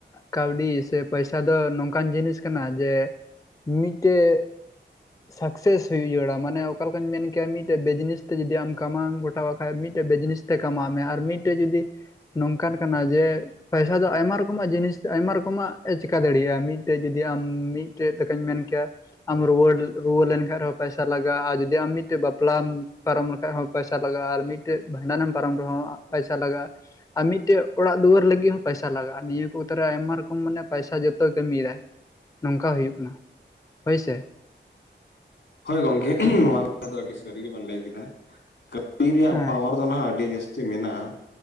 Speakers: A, on the left; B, on the left.
A: ᱠᱟᱹᱣᱰᱤ ᱥᱮ ᱯᱚᱭᱥᱟ ᱫᱚ ᱱᱚᱝᱠᱟᱱ ᱡᱤᱱᱤᱥ ᱠᱟᱱᱟ ᱡᱮ ᱢᱤᱫᱴᱮᱡ ᱥᱟᱠᱥᱮᱥ ᱦᱩᱭᱩᱜ ᱡᱩᱲᱟ ᱢᱟᱱᱮ ᱚᱠᱟ ᱞᱮᱠᱟᱧ ᱢᱮᱱ ᱠᱮᱭᱟ ᱢᱤᱫᱴᱮᱱ ᱵᱮᱡᱽᱱᱮᱥ ᱛᱮ ᱡᱩᱫᱤ ᱟᱢ ᱠᱟᱢ ᱟᱣ ᱜᱚᱴᱟ ᱟᱠᱟᱫ ᱢᱤᱫᱴᱮᱱ ᱵᱤᱡᱱᱮᱥ ᱛᱮ ᱠᱟᱢᱟᱣ ᱢᱮ ᱟᱨ ᱢᱤᱫᱴᱮᱡ ᱡᱩᱫᱤ ᱱᱚᱝᱠᱟᱱ ᱠᱟᱱᱟ ᱡᱮ ᱯᱚᱭᱥᱟ ᱫᱚ ᱟᱭᱢᱟ ᱨᱚᱠᱚᱢᱟᱜ ᱡᱤᱱᱤᱥ ᱟᱭᱢᱟ ᱨᱚᱠᱚᱢᱟᱜ ᱮ ᱪᱤᱠᱟ ᱫᱟᱲᱮᱭᱟᱜᱼᱟ ᱢᱤᱫᱴᱮᱡ ᱡᱚᱫᱤ ᱟᱢ ᱢᱤᱫᱴᱮᱡ ᱞᱮᱠᱟᱧ ᱢᱮᱱ ᱠᱮᱭᱟ ᱟᱢ ᱨᱩᱣᱟᱹᱲ ᱨᱩᱣᱟᱹ ᱞᱮᱱᱠᱷᱟᱡ ᱦᱚᱸ ᱯᱟᱭᱥᱟ ᱞᱟᱜᱟᱜᱼᱟ ᱟᱨ ᱡᱩᱫᱤ ᱟᱢ ᱢᱤᱫᱴᱮᱱ ᱵᱟᱯᱞᱟᱢ ᱯᱟᱨᱚᱢ ᱞᱮᱠᱷᱟ ᱦᱚᱸ ᱯᱟᱭᱥᱟ ᱞᱟᱜᱟᱜᱼᱟ ᱟᱨ ᱢᱤᱫ ᱢᱤᱫᱴᱮᱡ ᱵᱷᱟᱸᱰᱟᱱᱮᱢ ᱯᱟᱨᱚᱢ ᱨᱮᱦᱚᱸ ᱯᱚᱭᱥᱟ ᱞᱟᱜᱟᱜᱼᱟ, ᱟᱨ ᱢᱤᱫᱴᱮᱡ ᱚᱲᱟᱜ ᱫᱩᱣᱟᱹᱨ ᱞᱟᱹᱜᱤᱫ ᱦᱚᱸ ᱯᱚᱭᱥᱟ ᱞᱟᱜᱟᱜᱼᱟ ᱱᱤᱭᱟᱹ ᱠᱚ ᱛᱚᱨᱟ ᱟᱭᱢᱟ ᱨᱚᱠᱚᱢ ᱢᱟᱱᱮ ᱯᱚᱭᱥᱟ ᱡᱚᱛᱚᱭ ᱠᱟᱹᱢᱤᱭ ᱫᱟᱭ ᱱᱚᱝᱠᱟ ᱦᱩᱭᱩᱜ ᱠᱟᱱᱟ ᱦᱳᱭᱥᱮ,
B: ᱦᱳᱭ ᱜᱚᱢᱠᱮ ᱱᱚᱣᱟ ᱠᱟᱛᱷᱟ ᱫᱚ ᱟᱹᱰᱤ ᱥᱟᱹᱨᱤ ᱜᱮᱵᱮᱱ ᱞᱟᱹᱭ ᱠᱮᱫᱟ, ᱠᱟᱹᱢᱤ ᱨᱮᱭᱟᱜ
A: ᱦᱮᱸ
B: ᱯᱟᱣᱟᱨ ᱫᱚ ᱱᱟᱦᱟᱜ ᱟᱹᱰᱤ ᱡᱟᱹᱥᱛᱤ ᱢᱮᱱᱟᱜᱼᱟ,